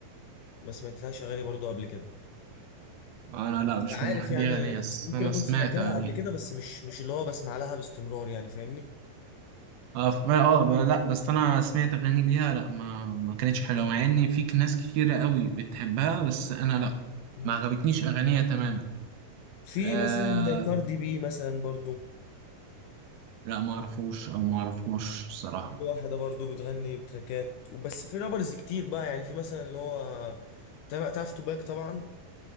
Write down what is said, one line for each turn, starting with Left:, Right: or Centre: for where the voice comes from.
Left: ما سمعتلهاش اغاني برضو قبل كده
Right: أنا لا مش
Left: عارف
Right: من محبي
Left: يعني
Right: أغانيها بس
Left: ممكن
Right: أنا
Left: اكون
Right: سمعت
Left: سمعت لها
Right: أغانيها
Left: قبل كده بس مش مش اللي هو بسمع لها باستمرار يعني فاهمني
Right: اه ف- ما- آه، ب- لا بس انا سمعت اغاني ليها لا ما ما كانتش حلوه مع ان في ناس كتيره قوي بتحبها بس انا لا
Left: مم.
Right: ما عجبتنيش اغانيها تماما
Left: في
Right: آه
Left: مثلا كاردي بي مثلا برضو
Right: لا ما اعرفوش او ما اعرفوش الصراحه
Left: في واحدة برضو بتغني بتراكات وبس في رابرز كتير بقى يعني في مثلا اللي هو تابع تعرف توباك طبعا